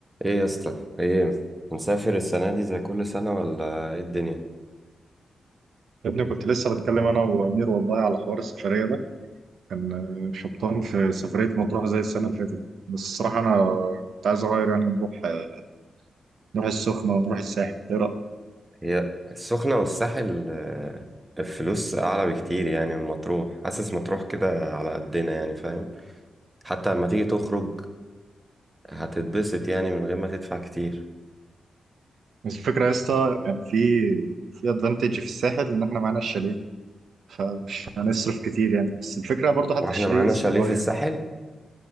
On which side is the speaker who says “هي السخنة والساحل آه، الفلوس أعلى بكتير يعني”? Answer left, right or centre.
Right